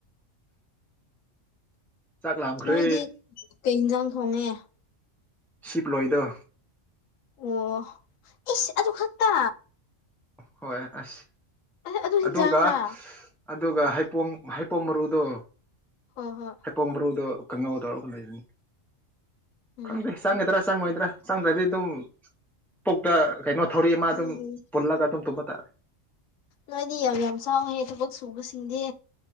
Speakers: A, in the centre; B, on the left.
A: ꯆꯥꯛ ꯂꯝꯈ꯭ꯔꯦ
B: ꯅꯣꯏꯗꯤ ꯀꯩ ꯍꯤꯟꯖꯥꯡ ꯊꯣꯡꯉꯦ
A: ꯁꯤꯞꯂꯣꯏꯗꯣ
B: ꯑꯣ ꯏꯁ ꯑꯗꯨ ꯈꯛꯇꯥ
A: ꯍꯣꯏ ꯑꯁ
B: ꯑꯗꯨ ꯍꯤꯟꯖꯥꯡꯔꯥ
A: ꯑꯗꯨꯒ ꯑꯗꯨꯒ ꯍꯩꯄꯣꯝ ꯍꯩꯄꯣꯝ ꯃꯔꯨꯗꯣ
B: ꯍꯣ ꯍꯣ
A: ꯄꯣꯛꯃꯔꯨꯗꯣ ꯀꯥꯡꯉꯧ ꯇꯧꯔꯒ ꯂꯩꯕꯅꯤ
B: ꯎꯝ
A: ꯈꯪꯗꯦ ꯆꯪꯒꯗ꯭ꯔꯥ ꯆꯪꯉꯣꯏꯗ꯭ꯔꯥ ꯆꯪꯗ꯭ꯔꯗꯤ ꯑꯗꯨꯝ ꯄꯨꯛꯇ ꯀꯩꯅꯣ ꯊꯧꯔꯤ ꯑꯃ ꯑꯗꯨꯝ
B: ꯎꯝ
A: ꯄꯨꯜꯂꯒ ꯑꯗꯨꯝ ꯇꯨꯝꯕ ꯇꯥꯔꯦ
B: ꯅꯣꯏꯗꯤ ꯌꯥꯝ ꯌꯥꯝ ꯆꯥꯎꯅꯦ ꯊꯕꯛ ꯁꯨꯕꯁꯤꯡꯗꯤ